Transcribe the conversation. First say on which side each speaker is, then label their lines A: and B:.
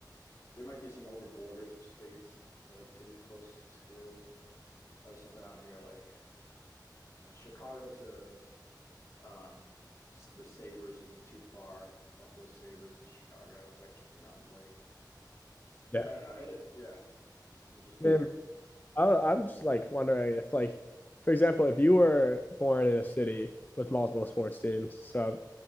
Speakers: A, on the left (about 40°); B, on the left (about 25°).
A: there might be some over borders of states that are pretty close to like something out near like uh, Chicago to um, the Sabers isn't too far. Buffalo Sabers, Chicago. That's like just around the lake.
B: yeah.
A: I don't know. It, yeah, I was just wondering.
B: I mean, I, I'm just like wondering if like for example, if you were born in a city with multiple sports teams, so